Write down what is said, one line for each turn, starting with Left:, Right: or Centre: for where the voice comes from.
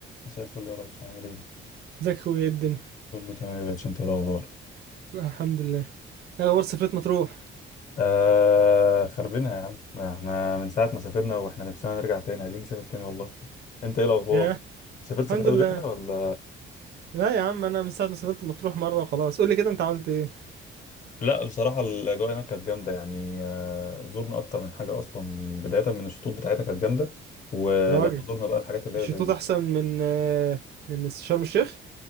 Left: مساء الفل يا ريس عامل ايه؟
Right: ازيك اخويا ايه الدنيا
Left: كله تمام يا باشا انت ايه الاخبار؟
Right: الحمد لله ايه اخبار سفرية مطروح
Left: آه خربنا يا عم ما احنا من ساعة ما سافرنا واحنا نفسنا نرجع تاني عايزين نسافر تاني والله انت ايه الاخبار؟
Right: ياه
Left: سافرت سفرات
Right: الحمد لله
Left: غيرها ولا؟
Right: لا يا عم انا من ساعة ما سافرت مطروح مرة وخلاص قول لي كده انت عملت ايه
Left: لا بصراحة الأجواء هناك كانت جامدة يعني آه زرنا أكتر من حاجة أصلا بداية من الشطوط بتاعتها كانت جامدة ولما
Right: راجل
Left: زرنا بقى الحاجات اللي
Right: الشطوط
Left: هي زي
Right: احسن من آه، من شرم الشيخ